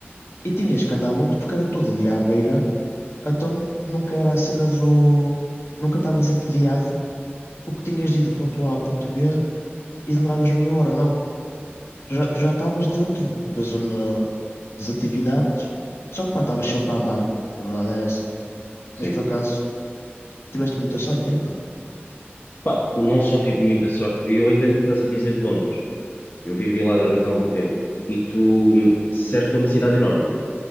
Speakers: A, on the left (about 75°); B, on the left (about 55°).
A: e tinhas que andar muito porque era tudo ali à beira, então nunca era a cena do. Nunca estavas entediado porque tinhas de ir do ponto A ao ponto B e demoravas meia hora, não. Tu já, tu já estavas dentro da zona das atividades, só que pá, estavas sempre a andar, a verdade é essa.
B: sim.
A: Mas por acaso tiveste muita sorte aí, pá.
B: Pá, não só tive muita sorte, e eu entendo o que estás a dizer de Londres. Eu vivi lá durante algum tempo e tu, certo que é uma cidade enorme,